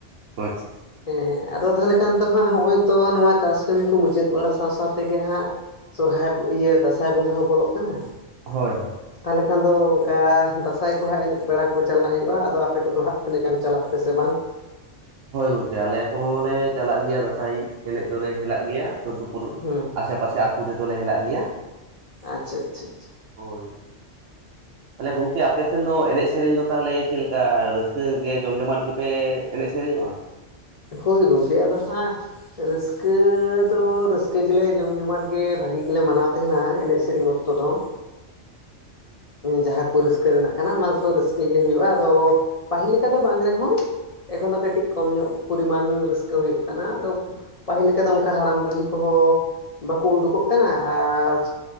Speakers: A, on the right; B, on the left.
A: ᱚ ᱟᱪᱪᱷᱟ ᱪᱷᱟ
B: ᱦᱮᱸ ᱟᱫᱚ ᱛᱟᱦᱚᱞᱮ ᱠᱷᱟᱱ ᱫᱚ ᱦᱟᱸᱜ, ᱱᱚᱜᱼᱚᱭ ᱛᱚ ᱱᱚᱣᱟ ᱪᱟᱥ ᱠᱟᱹᱢᱤ ᱠᱚ ᱢᱩᱪᱟᱹᱫ ᱵᱟᱲᱟ ᱥᱟᱶ - ᱥᱟᱶ ᱛᱮᱜᱮ ᱦᱟᱸᱜ ᱥᱚᱨᱦᱟᱭ ᱤᱭᱟᱹ ᱫᱟᱸᱥᱟᱭ ᱵᱚᱸᱜᱟ ᱦᱚᱸ ᱵᱚᱞᱚᱜ ᱠᱟᱱᱟ᱾
A: ᱦᱳᱭ, ᱦᱳᱭ᱾
B: ᱛᱟᱦᱚᱞᱮ ᱠᱷᱟᱱ ᱫᱚ ᱚᱱᱠᱟ, ᱫᱟᱥᱥᱟᱭ ᱠᱚ ᱦᱟᱸᱜ ᱮᱱᱮᱡ ᱵᱟᱲᱟ ᱠᱚ ᱪᱟᱞᱟᱜ ᱦᱩᱭᱩᱜᱼᱟ ᱾ ᱟᱫᱚ ᱟᱯᱮ ᱠᱚᱼᱫᱚ ᱦᱟᱸᱜ, ᱛᱤᱱᱟᱹᱜ ᱜᱟᱱ ᱪᱟᱞᱟᱜ ᱟᱯᱮ ᱥᱮ ᱵᱟᱝ?
A: ᱦᱳᱭ ᱜᱚᱝᱠᱮ ᱟᱞᱮ ᱠᱚᱦᱚᱸᱞ ᱞᱮ ᱪᱟᱞᱟᱜ ᱜᱮᱭᱟ᱾ ᱫᱟᱸᱥᱟᱭ ᱮᱱᱮᱡ ᱫᱚᱞᱮ ᱦᱮᱞᱟᱜ ᱜᱮᱭᱟ᱾ ᱥᱩᱨ ᱥᱩᱯᱩᱨ
B: ᱦᱮᱸ
A: ᱟᱥᱮ ᱯᱟᱥᱮ ᱟᱹᱛᱩ ᱨᱮᱫᱚᱞᱮ ᱦᱮᱟᱞᱜ ᱜᱮᱭᱟ᱾
B: ᱟᱪᱪᱷᱟ ᱟᱪᱷᱟ ᱟᱪᱪᱷᱟ᱾
A: ᱦᱳᱭ ᱛᱟᱦᱚᱞᱮ ᱜᱚᱝᱠᱮ ᱟᱯᱮᱥᱱ ᱫᱚ, ᱮᱱᱮᱡ ᱥᱮᱨᱮᱧ ᱫᱚ ᱛᱟᱦᱚᱞᱮ ᱪᱮᱫ ᱞᱮᱠᱟ, ᱨᱟᱹᱥᱠᱟᱹ ᱜᱮ ᱡᱚᱢ ᱡᱚᱢᱟᱴᱸ ᱜᱮᱯᱮ ᱮᱱᱮᱡ ᱥᱮᱨᱮᱧᱚᱜᱼᱟ᱾
B: ᱦᱳᱭ ᱜᱚᱢᱠᱮ ᱟᱫᱚ ᱦᱟᱸᱜ ᱨᱟᱹᱥᱠᱟᱹ ᱫᱚ ᱨᱟᱹᱥᱠᱟᱹ ᱜᱮᱞᱮ ᱡᱚᱢ ᱡᱚᱢᱟᱴ ᱜᱮ ᱵᱷᱟᱜᱤ ᱜᱮᱞᱮ ᱢᱟᱱᱟᱣ ᱛᱟᱦᱮᱱᱟ᱾ ᱮᱱᱮᱡ ᱥᱮᱨᱮᱧ ᱚᱠᱛᱚ ᱚᱠᱛᱚ ᱫᱚ, ᱡᱟᱦᱟᱸ ᱠᱚ ᱨᱟᱹᱥᱠᱟᱹ ᱨᱮᱱᱟᱜ ᱠᱟᱱᱟ ᱚᱱᱟ ᱠᱚᱫᱚ ᱨᱟᱹᱥᱠᱟᱹ ᱜᱮ ᱦᱩᱭᱩᱜᱼᱟ᱾ ᱟᱫᱚ ᱯᱟᱹᱦᱤᱞ ᱞᱮᱠᱟ ᱫᱚ ᱵᱟᱝ ᱨᱮᱦᱚᱸ ᱮᱠᱷᱚᱱᱳ ᱠᱟᱹᱴᱤᱡ ᱠᱚᱢ ᱧᱚᱜ ᱯᱚᱨᱤᱢᱟᱱ ᱨᱟᱹᱥᱠᱟᱹ ᱦᱩᱭᱩᱜ ᱠᱟᱱᱟ ᱟᱫᱚ ᱾ ᱯᱟᱹᱦᱤᱞ ᱞᱮᱠᱟ ᱫᱚ ᱚᱱᱠᱟ ᱦᱟᱲᱟᱢ ᱵᱩᱲᱦᱤ ᱠᱚᱦᱚᱸ ᱵᱟᱠᱚ ᱩᱰᱩᱠᱚᱜ ᱠᱟᱱᱟ ᱟᱨ